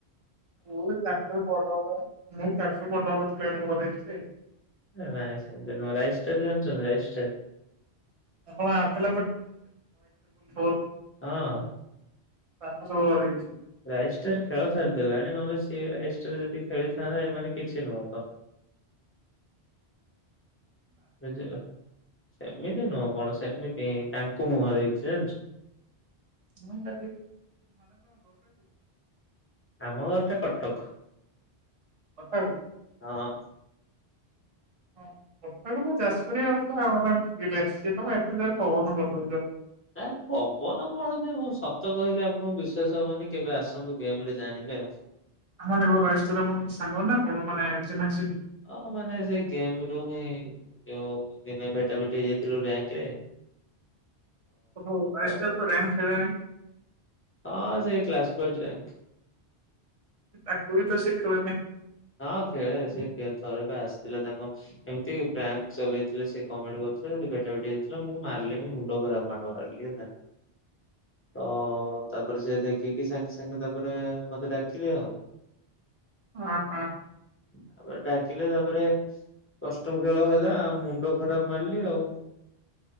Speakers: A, on the right (about 35°); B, on the left (about 15°).
A: ମୁଁ ଚାରିଶହ ବଡ ବଟ ମୁଁ ଚାରିଶହ ବଡ ବଟ ପ୍ଲନ୍ କରେଇଛି।
B: ନାଇଁ ସେମତି ନାଇ ରାଇସ୍ତାର ଜାଣିଛନ୍ତି? ରାଇଷ୍ଟର।
A: ଆପଣ <unintelligible>
B: ହଁ।
A: ସାତଶ ଓ ଆର ହେଇଛି।
B: ରାଇଷ୍ଟାର ଖେଳ ସାରିଦେଲାଣି ନହେଲେ ସିଏ ରାଇଷ୍ଟ ଯଦି ଖେଳିଥାନ୍ତା ଏମାନେ କିଛି ନୁହଁ ତ। ବୁଝିଲ। ସେମିତି ନୁହଁ ଗଣେଶ ଭାଇ ତାଙ୍କୁ ମୁଁ ହରେଇଛି ଜାଣିଛ।
A: ମୁଁ <unintelligible>
B: ଆମ ଘରଟା କଟକ।
A: କଟନ୍।
B: ହଁ।
A: ହଁ କଟକ ରୁ ଯାଜପୁରିଆ <unintelligible> ପବନ କରି ଦଉଛ।
B: ନାଇ ପବନ କଣ ଯେ ମୁଁ ସତ କହିଲେ ଆପଣଙ୍କୁ ବିଶ୍ୱାସ ହବନି କେବେ ଆସନ୍ତୁ ଗେମ ରେ ଜାଣିବେ ଆଉ।
A: ଆ ମାନଙ୍କର ରାଇଷ୍ଟର ମାନ ସାଙ୍ଗ ନା କଣ ମାନେ ଚିହ୍ନା ଚିହ୍ନି।
B: ହଁ ମାନେ ସେଇ ଗେମ ରୁ ହିଁ ଯୋଉ ଦିନେ ଭେଟା ଭେଟି ହେଇ ଯାଇଥିଲୁ ରାଙ୍କରେ।
A: ହ ବାଇଷ୍ଟରଙ୍କ
B: ତାପରେ
A: ତ ରାଙ୍କ ହେଇ ଗଲାଣି।
B: ହଁ ସେ କ୍ଲାସପୋର୍ଟ ର୍ୟାଙ୍କ।
A: ତାକୁ ବି ତ ଶିଖିଲୁନି?
B: ହଁ ଖେଳେ ସେ ଥରେ ବି ଆସିଥିଲେ ତାଙ୍କ ଏମିତି ପ୍ରାଙ୍କ ଚଲେଇଥିଲେ ସେ କମେଡି କରୁଥିଲେ ସେଠି ଭେଟା ଭେଟି ଯାଇଥିଲା ମୁଁ ମାରିଲି ମୁ ମୁଣ୍ଡ ଖରାପ ମାଡ ମାରିଲି ହେଲା। ହଁ ତ ତାପରେ ସେ ଦେଖିକି ସାଙ୍ଗେ ସାଙ୍ଗେ ତାପରେ ମତେ ଡାକିଲେ ଆଉ।
A: ହଁ ହଁ।
B: ତାପରେ ଡାକିଲେ ତାପରେ କଷ୍ଟମ ଖେଳ ହେଲା ଆଉ ମୁଣ୍ଡ ଖରାପ ମାରିଲି ଆଉ।